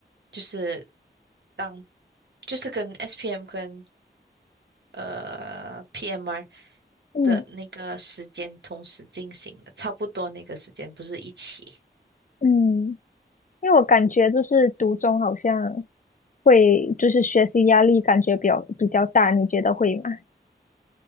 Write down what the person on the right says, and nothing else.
就是当就是跟 SPM 跟呃 PMR
的那个时间同时进行的，差不多那个时间不是一起。